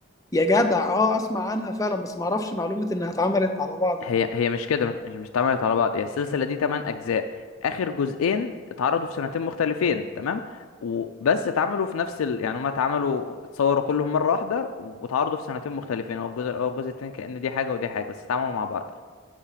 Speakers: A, on the left; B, on the left.
A: يا جدع اه اسمع عنها فعلا بس ما اعرفش معلومه انها اتعملت على بعض
B: هي
A: دي
B: هي مش كده مش مش اتعملت على بعض هي السلسله دي 8 اجزاء اخر جزئين اتعرضوا في سنتين مختلفين تمام وبس اتعملوا في نفس ال... يعني هما اتعملوا اتصوروا كلهم مره واحده واتعرضوا في سنتين مختلفين هو الجزء الاول والجزء التاني كأن دي حاجه ودي حاجه بس اتعملوا مع بعض